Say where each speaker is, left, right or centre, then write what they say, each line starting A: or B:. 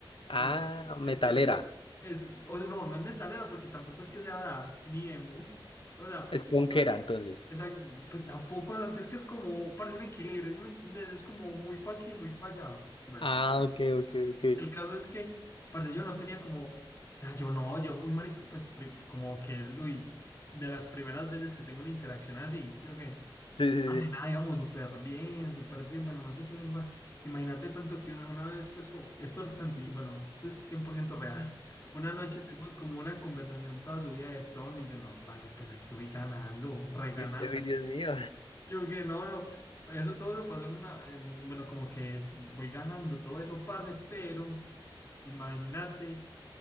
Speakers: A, on the left; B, on the left.
A: le
B: Ah,
A: gu-
B: metalera,
A: es, de- es- o sea, no, no es metalero porque tampoco es que sea dark ni emo, o sea,
B: es punkera entonces.
A: esa, pues tampoco, antes es que es como, parece un equilibrio, ¿sí me entendés? Es como muy pa' aquí, muy pa' allá. Bueno,
B: Ah, ok, ok, ok.
A: el caso es que, parce, yo no tenía como, o sea, yo no, yo, uy, marica, pues pri- como que, uy, de las primeras veces que tengo una interacción así, ¿sí o qué?
B: Sí, sí,
A: Vale,
B: sí.
A: nada, íbamos súper bien, súper bien, bueno, no sé qué lengua. Imagínate tanto que una, una vez, pues, como, esto es anti- bueno, esto es 100% real. <laughs> Una noche tuvimos como una conversación toda subida de tono y yo, no, parce, pues aquí voy ganando, reganando.
B: Y usted, uy, Dios mío.
A: Yo que no, no, eso todo eso pasó en una, en- bueno, como que es- voy ganando todo eso, parce, pero imagínate